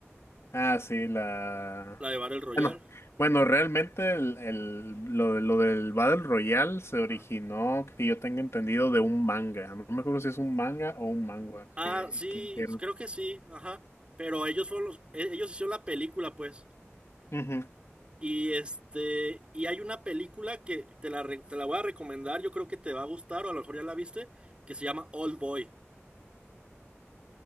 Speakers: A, on the left; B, on the right.
A: Ah, sí, la...
B: La de Battle Royale.
A: Bueno, bueno, realmente el, el- lo, de- lo del Battle Royale se originó,
B: Ajá.
A: que yo tenga entendido, de un manga. No me acuerdo si es un manga o un manga
B: Ah,
A: que,
B: sí,
A: que hicieron.
B: creo que sí, ajá. Pero ellos fueron los, e- ellos hicieron la película, pues.
A: Ujú.
B: Y este, y hay una película que te la, re- te la voy a recomendar, yo creo que te va a gustar, o a lo mejor ya la viste, que se llama Old Boy,